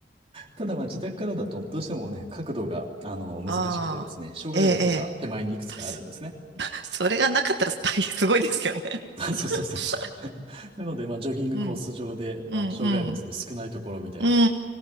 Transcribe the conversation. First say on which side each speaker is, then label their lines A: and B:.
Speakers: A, on the right; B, on the right.
A: ただまあ、自宅からだと、どうしてもね、角度が、あの、難しくてですね、
B: ああ、
A: 障害物が手前にいくつかあるんですね。
B: ええ、ええ。<laughs> たしそれがなかったら大変すごいですよね。<laughs>
A: <laughs> あ、そうそうそう。<laughs> なので、まあ、ジョギングコース上で、
B: うん、うん、
A: あの、障害物の少ないところみたいな。
B: うん、うん、う